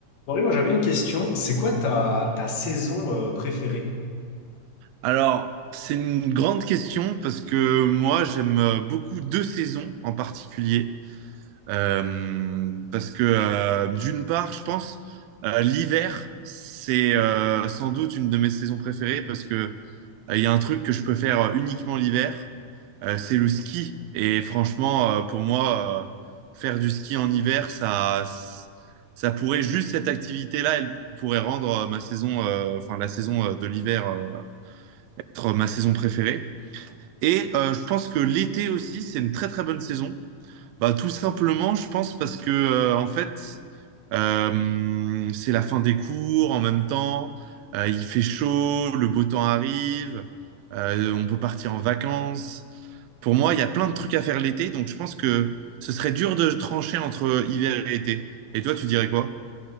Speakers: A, on the left; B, on the right.
A: Henri, moi j'avais une question. C'est quoi ta, ta saison euh, préférée?
B: Alors, c'est une grande question parce que moi, j'aime euh, beaucoup deux saisons en particulier. Euh, parce que euh, d'une part, je pense, euh, l'hiver, c'est euh, sans doute une de mes saisons préférées parce que euh, il y a un truc que je peux faire euh, uniquement l'hiver, euh, c'est le ski. Et franchement, euh, pour moi, euh, faire du ski en hiver, ça, ça pourrait juste cette activité-là, elle pourrait rendre euh, ma saison, euh, enfin la saison euh, de l'hiver, euh, être ma saison préférée. Et euh, je pense que l'été aussi, c'est une très très bonne saison. Bah, tout simplement, je pense parce que euh, en fait, euh, c'est la fin des cours en même temps. euh, il fait chaud, le beau temps arrive, euh, on peut partir en vacances. Pour moi, il y a plein de trucs à faire l'été, donc je pense que ce serait dur de trancher entre hiver et été. Et toi, tu dirais quoi?